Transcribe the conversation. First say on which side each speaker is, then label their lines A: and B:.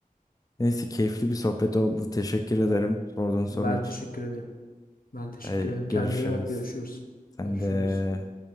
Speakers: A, on the left (about 25°); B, on the left (about 75°).
A: Neyse keyifli bir sohbet oldu. Teşekkür ederim sorduğun soru
B: ben
A: için.
B: teşekkür ederim. Ben teşekkür
A: Ee,
B: ederim. Kendine
A: görüşürüz.
B: iyi bak. Görüşürüz.
A: Sen
B: Görüşürüz.
A: de